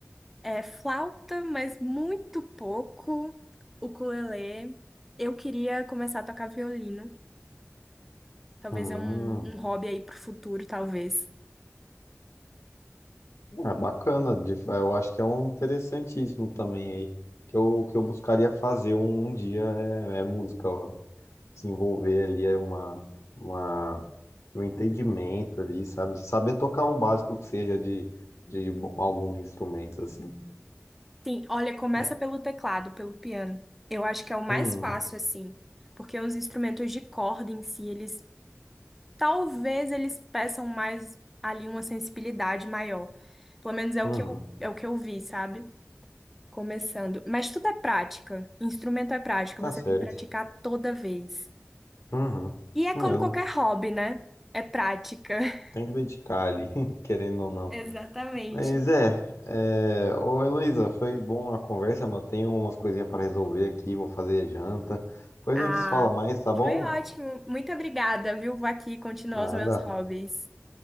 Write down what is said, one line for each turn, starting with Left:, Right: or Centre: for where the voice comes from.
Centre: É flauta, mas muito pouco. Ukulele. Eu queria começar a tocar violino. Talvez
Left: Hum.
Centre: é um, um hobby aí pro futuro, talvez.
Left: É bacana, de- eu acho que é um interessantíssimo também aí, que eu, que eu buscaria fazer um, um dia é, é música, ó. desenvolver ali é uma, uma, um entendimento ali, sabe? Saber tocar o básico que seja de, de bo- alguns instrumentos, assim.
Centre: Sim, olha, começa
Left: né?
Centre: pelo teclado, pelo piano. Eu acho que é o mais
Left: Hum,
Centre: fácil, assim, porque os instrumentos de corda em si, eles talvez eles peçam mais ali uma sensibilidade maior. Pelo menos é
Left: uhum,
Centre: o que eu, é o que eu vi, sabe? Começando. Mas tudo é prática. Instrumento é prática,
Left: tá
Centre: você
Left: certo,
Centre: tem que praticar toda vez.
Left: uhum,
Centre: E
Left: isso
Centre: é como
Left: mesmo,
Centre: qualquer hobby, né? É prática. <laughs>
Left: tem que dedicar ali, <laughs> querendo ou não.
Centre: Exatamente.
Left: Mas é, é... Ô Heloísa, foi bom a conversa, mas tenho umas coisinhas para resolver aqui, vou fazer a janta. Depois
Centre: Ah,
Left: a gente se fala mais, tá bom?
Centre: foi ótimo. Muito obrigada, viu? Vou aqui continuar
Left: Nada.
Centre: os meus hobbies.